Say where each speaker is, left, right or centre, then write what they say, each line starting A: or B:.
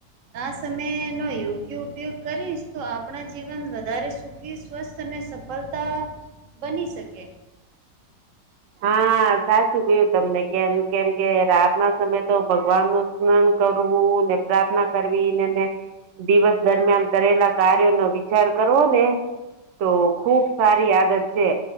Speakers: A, on the right; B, on the right.
A: આ સમયે યોગ્ય. ઉપયોગ કરીશ તો આપણા જીવન વધારે સુકીશ સ્વસ્થ અને સફળતા બની શકે
B: હા હા સાચું કયું તમને કેમ કેમ કે રાત ના સમયે તો ભગવાન નું સ્નાન કરવું ને. પ્રાર્થના કરવી નેને. દિવસ દરમિયાન કરેલા કાર્યો નો વિચાર કરવો ને તો ખુબ સારી આદત છે